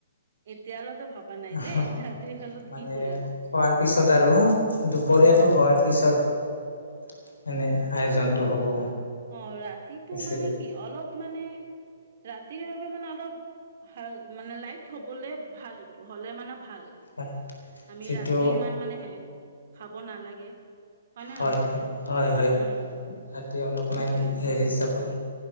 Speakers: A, on the right; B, on the left.
A: এতিয়ালৈকে ভবা নাই
B: মানে
A: দেই ৰাতিৰ সাজত কি কৰিম
B: খোৱাৰ পিছত আৰু দুপৰীয়াটো
A: অ
B: হোৱাৰ পিছত মানে আয়োজনটো হ'ব।
A: অ' ৰাতিটো
B: ৰেচিপিত
A: মানে কি অলপ মানে ৰাতিৰ বাবে মানে অলপ হ মানে লাইট হ'বলে ভাল ইটো, হ'লে মানে ভাল।
B: হয়
A: আমি
B: যিটো
A: ৰাতি ইমান মানে হে, খাব নালাগে। হয়নে
B: হয়,
A: নহয়
B: হয়, হয়,
A: উম
B: ৰাতি অলপমেন
A: সেইটোৱে
B: হেৰি হিচাপত